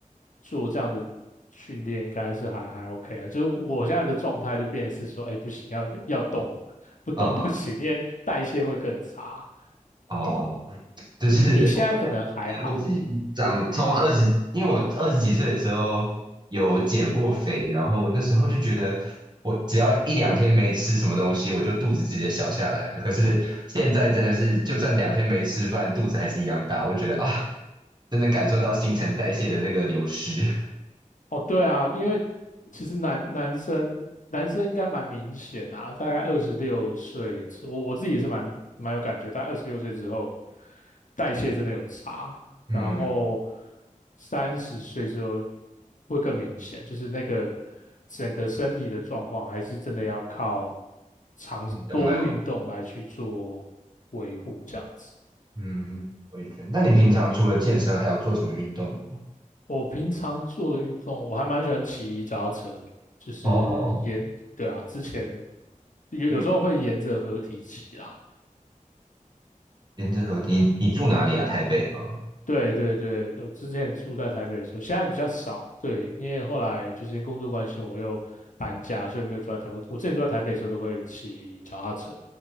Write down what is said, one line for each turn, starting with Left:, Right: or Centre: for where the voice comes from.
Left: 做这样的训练，应该是还还 OK 啊。就是我现在的状态就变成是说，哎，不行，要要动，<laughs> 不动不行，
Right: 啊哈，
Left: 因为代谢会更差。
Right: 哦，就是
Left: 你你现在可能还好，
Right: 我自己长从二十，因为我二十几岁的时候有减过肥，然后那时候就觉得我只要一两天没吃什么东西，我就肚子直接小下来了。可是现在真的是，就算两天没吃饭，肚子还是一样大。我就觉得啊，真的感受到新陈代谢的那个流失。<laughs>
Left: 哦，对啊，因为其实男男生男生应该蛮明显啊，大概二十六岁之我我自己也是蛮蛮有感觉，大概二十六岁之后，代谢真的有差，
Right: 嗯，
Left: 然后三十岁之后会更明显，就是那个整个身体的状况还是真的要靠长多运动来去做维护这样子。
Right: 运动来，我嗯，我也觉得。那你平常除了健身，还有做什么运动吗
Left: 我平常做的运动，我还蛮喜欢骑脚踏车，就是沿，
Right: 哦，
Left: 对啊，之前有有时候会沿着河堤骑啦。
Right: 嗯，沿着河，你你住哪里啊？台北吗？
Left: 它对对对，我之前住在台北的时候，现在比较少。对，因为后来就是因为工作关系，我又搬家，所以没有住在台北。我之前住在台北的时候，都会骑脚踏车。